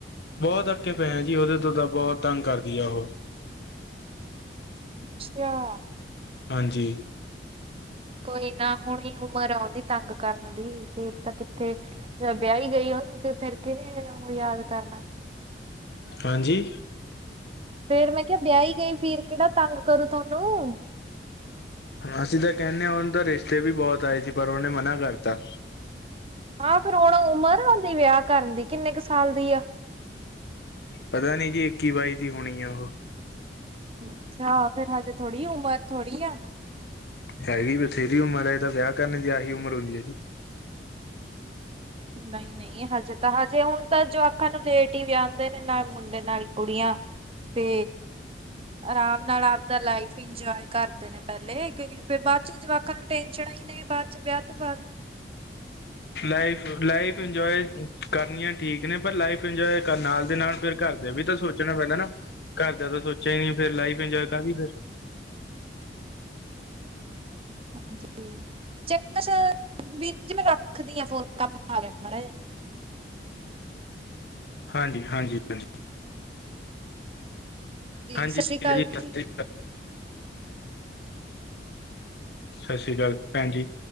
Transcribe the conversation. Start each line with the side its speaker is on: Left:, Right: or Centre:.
Left: ਬੋਤ ਅੱਕੇ ਪੇ ਆ ਜੀ ਉਦੇ ਤੋਂ ਤਾਂ ਬੋਹ ਤੰਗ ਕਰਦੀ ਆ ਉਹ।
Right: ਅੱਛਾ।
Left: ਹਾਂਜੀ।
Right: ਕੋਈ ਨਾ ਹੁਣੀ ਉਮਰ ਓਦੀ ਤੰਗ ਕਰਨ ਦੀ ਫਿਰ ਤਾਂ ਕਿੱਥੇ ਜੇ ਵਿਆਈ ਗਈ ਉਨੂੰ ਫੇਰ ਕਿਨੇ ਉਹ ਯਾਦ ਕਰਨਾ।
Left: ਹਾਂਜੀ।
Right: ਫੇਰ ਮੈਂ ਕੇਆ ਬਿਆਈ ਗਈ ਫੇਰ ਕੇੜਾ ਤੰਗ ਕਰੂ ਤੁਆਨੂੰ
Left: ਅਸੀਂ ਤਾਂ ਕੈਂਨੇ ਆ ਓਨ ਤਾਂ ਰਿਸ਼ਤੇ ਵੀ ਬਹੁਤ ਆਏ ਸੀ ਪਰ ਉਨੇ ਮਨਾ ਕਰਤਾ
Right: ਆ ਫਿਰ ਹੁਣ ਉਮਰ ਆ ਓਂਦੀ ਵਿਆਹ ਕਰਨ ਦੀ ਕਿੰਨੇ ਕੁ ਸਾਲ ਦੀ ਆ
Left: ਪਤਾ ਨੀ ਜੀ ਇੱਕੀ ਬਾਈ ਦੀ ਹੋਣੀ ਆ ਓ
Right: ਅੱਛਾ ਫੇਰ ਹਜੇ ਥੋੜੀ ਉਮਰ ਥੋੜੀ ਆ
Left: ਹੈਗੀ ਬਥੇਰੀ ਉਮਰ ਐ ਤਾਂ ਵਿਆਹ ਕਰਨ ਦੀ ਆਹੀ ਉਮਰ ਹੁੰਦੀ ਹੈ ਜੀ
Right: ਨਹੀਂ -ਨਹੀਂ ਹਜੇ ਤਾਂ ਹਜੇ ਹੁਣ ਤਾਂ ਜਵਾਕਾ ਨੂੰ ਲੇਟ ਹੀ ਵੇਆਂਦੇ ਨੇ ਨਾ- ਮੁੰਡੇ ਨਾਲ ਕੁੜੀਆਂ ਤੇ ਆਰਾਮ ਨਾਲ ਆਪਦਾ ਲਾਈਫ ਹੀ ਇੰਜੋਏ ਕਰਦੇ ਨੇ ਪੈਂਲੇ ਕਿਉਂਕਿ ਫਿਰ ਬਾਅਚ ਚ ਜਵਾਕਾਂ ਨੂੰ ਟੇਨਸ਼ਨ ਆ ਹੀ ਨੇ ਬਾ ਚ ਵਿਆਹ ਤੋਂ ਬਾਅਦ।
Left: ਲਾਈਫ -ਲਾਈਫ ਇੰਜੋਏ ਕਰਨੀ ਆਂ ਠੀਕ ਏ ਪਰ ਲਾਈਫ ਇੰਜੋਏ ਕਰਨ ਨਾਲ ਦੇ ਨਾਲ ਫਿਰ ਘਰ ਦੇ ਵੀ ਤਾਂ ਸੋਚ ਸੋਚਣਾ ਪੈਂਦਾ ਨਾ, ਘਰ ਦਾ ਤਾਂ ਸੋਚਿਆ ਹੀ ਨ ਫੇਰ ਲਾਈਫ ਇੰਜੋਏ ਕਾਦੀ ਫੇਰ।
Right: ਆਜੀ ਚੰਗਾ ਸਰ ਫੋਨ ਵਿੱਚ ਰੱਖ ਕੰਮ ਆਈ ਮਾੜਾ ਜਾ
Left: ਹਾਂਜੀ ਹਾਂਜੀ ਹਾਂਜੀ ਹਾਂਜੀ
Right: ਸਤਿ ਸ਼੍ਰੀ ਅਕਾਲ
Left: <unintelligible> <inaudible>
Right: ਵੀਰ
Left: ਸੱਤ
Right: ਜੀ
Left: ਸ੍ਰੀ ਅਕਾਲ ਜੀ ਕਾਲ ਭੈਣ ਜੀ।